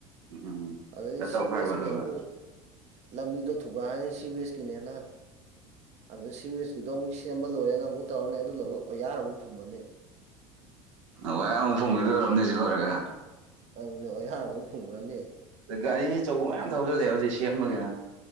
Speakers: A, on the right; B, on the right.
A: ꯎꯝ
B: ꯑꯗꯩ
A: ꯇꯧꯈꯥꯏꯕ
B: ꯁꯤꯚꯦꯁꯀꯤ
A: ꯑꯗꯨꯒ
B: ꯑꯃꯨꯛ ꯂꯝꯕꯤꯗꯣ ꯊꯨꯒꯥꯏꯑꯅꯤ ꯁꯤꯚꯦꯁꯀꯤꯅꯦꯅ ꯑꯗꯨ ꯁꯤꯋꯦꯁꯀꯤꯗꯣ ꯑꯃꯨꯛ ꯁꯦꯝꯕ ꯂꯣꯏꯔꯦꯅ ꯑꯃꯨꯛ ꯇꯧꯔꯅꯤ ꯑꯗꯨ ꯂꯣꯏꯔ ꯑꯣꯌꯥꯔ ꯑꯃꯨꯛ ꯐꯨꯝꯃꯅꯤ
A: ꯑꯣꯌꯥꯔ ꯑꯃꯨ ꯐꯨꯝꯒꯤꯗꯣꯏ ꯑꯣꯏꯔꯝꯅꯤ ꯑꯁꯤ ꯂꯣꯏꯔꯒ
B: ꯑꯗꯨꯅꯦ ꯑꯣꯌꯥꯔ ꯑꯃꯨꯛ ꯐꯨꯝꯒ꯭ꯔꯅꯤ
A: ꯗ ꯒꯥꯔꯤ ꯑꯆꯧꯕ ꯃꯌꯥꯝ ꯊꯧꯖꯤꯜꯂꯦ ꯍꯧꯖꯤꯛ ꯁꯦꯝꯕꯒꯤ